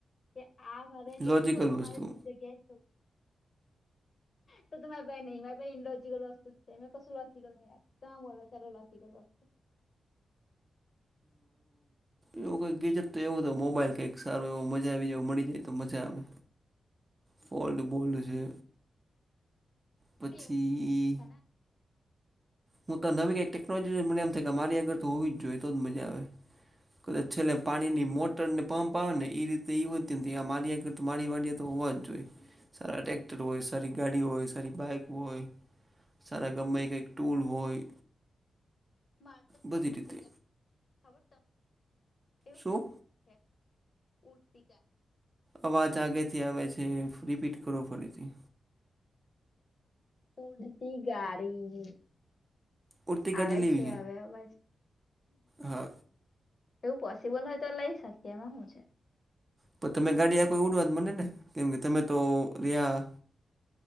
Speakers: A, on the left; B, on the right.
A: કે આ મારે
B: લોજિકલ
A: બેઠ હોય તો
B: વસ્તુ
A: મારે જગ્યા. તો તમે. કઈ નહિં, નલોજિકલ વસ્તુ છે. કશું લોજિકલ નહીં બોલો, ચાલો લોજિકલ વસ્તુ. <unintelligible>
B: એવું કઈક ગેજેટ તો, એવું તો મોબાઈલ કંઈક સારું એવ મજા આવી જ મળી જાય તો મજા આવે. ફોટ બોલડ છે.
A: વસ્તુ
B: પછી.
A: એવું છે ને
B: હું તો નવી કંઈક ટેકનોલોજી, મને એમ થાય કે મારી અગર તો હોવી જ જોઈએ, તો જ મજા આવે. કદાચ છેલ્લે પાણીની મોટર ને પંપ આવે ને, એ રીતે એ મારી. તો માંડી વામાંડીએે તો હોવા જ જોઈએ, સારા ટ્રેક્ટર હોય, સારી ગાડી હોય, સારી બાઈક હોય. સારા ગામમાં એ કંઈ ટૂલ હોય.
A: માર તો છે
B: બધી રીતે
A: ને, ખબર તો એવું.
B: શું
A: હ ઉડતીકા. <unintelligible>
B: અવાજ આગેથી આવે છે. રિપીટ કરો ફરીથી.
A: ઉડતી ગાળી.
B: ઉડતી ગાડી
A: આવે
B: લેવી
A: છે આવે બસ.
B: હા
A: એવું પોસિબલ હોય તો લઈ શકીએ એમાં શું છે.
B: પણ તમે ગાડી આ કોઈ ઉડવા મને ને કેમ કે તમે તો ર્યા.